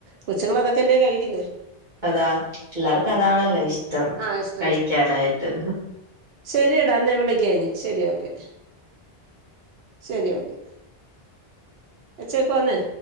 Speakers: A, on the right (about 75°); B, on the right (about 50°).
A: കൊച്ചുങ്ങള് അതൊക്കെല്ലേ കഴിക്കുന്നേ.
B: അതാ എല്ലാർക്കും
A: ഉം
B: അതാണല്ലോ ഇഷ്ടം
A: ആഹ് ഇഷ്ട
B: കഴിക്കാനായിട്ട്.
A: ഇഷ്ടം ശരിയടാ അന്നെ വിളിക്കാ ഇനി ശരി ഓക്കെ ശരി ഓക്കെ എച്ചേക്കുവാന്നേ.